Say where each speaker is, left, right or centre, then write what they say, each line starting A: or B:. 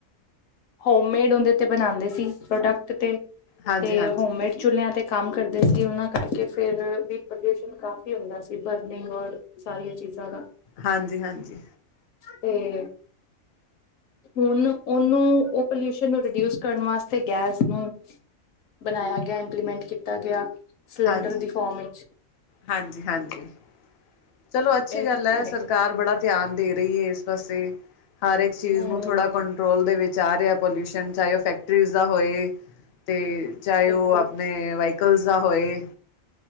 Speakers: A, on the left; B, on the left.
A: ਹੋਮਮੇਡ ੳਦੇ ਤੇ ਬਨਾੰਦੇ ਸੀ ਪ੍ਰੋਡਕਟ ਤੇ,
B: ਹਾਂਜੀ
A: ਤੇ
B: ਹਾਂਜੀ
A: ਹੋਮਮੇਡ ਚੁਲੇਆਂ ਤੇ ਕਾਮ ਕਰਦੇ ਸੀ ਉਨਾਂ ਕਰਕੇ ਫੇਰ ਵੀ ਪੋਲਿਊਸ਼ਨ ਕਾਫ਼ੀ ਹੁੰਦਾ ਸੀ ਬਰਨਿੰਗ ਔਰ ਸਾਰੀਆ ਚੀਜ਼ਾਂ ਦਾ
B: ਹਾਂਜੀ-ਹਾਂਜੀ।
A: ਤੇ, ਹੁਨ ਓਨੂੰ ਓ ਪਲੀਊਸ਼ਨ ਨੂੰ ਰਿਡਊਸ ਕਰਨ ਵਾਸਤੇ ਗੈਸ ਨੂੰ ਬਨਾਏਆ ਗੇਆ ਇੰਪਲੀਮੈਂਟ ਕੀਤਾ ਗੇਆ, ਸਿਲੰਡਰ
B: ਹਾਂਜੀ
A: ਦੀ ਫੋਮ ਵਿੱਚ
B: ਹਾਂਜੀ ਹਾਂਜੀ ਚਲੋ ਅੱਛੀ
A: ਇਹ
B: ਗੱਲ
A: ਚੱਕਰ
B: ਐ ਸਰਕਾਰ
A: ਹੈ
B: ਬੜਾ ਧੇਆਨ ਦੇ ਰੀ ਏ ਏਸ ਪਾਸੇ ਹਰ ਇਕ ਚੀਜ਼
A: ਹਮ
B: ਨੂੰ
A: ਹਮ
B: ਥੋੜਾ
A: ਹਮ
B: ਕੋਂ ਟਰੋਲ ਦੇ ਵਿਚ ਆ ਰੇਆ ਪੋਲਿਊਸ਼ਨ ਚਾਏ ਓ ਫੈਕਟਰੀਜ਼ ਦਾ ਹੋਏ, ਤੇ ਚਾਏ
A: ਬਿਲਕੁਲ
B: ਓ ਆਪਨੇ, ਵਾਈਕਲਜ਼ ਦਾ ਹੋਏ